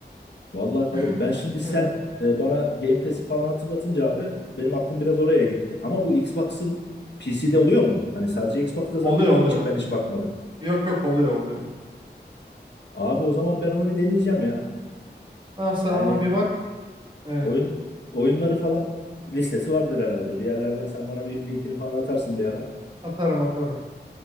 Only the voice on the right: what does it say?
<laughs>
Ee,
Oluyor oluyor.
Yok yok oluyor oluyor.
Tamam sen
ona bir bak. Evet
atarım atarım.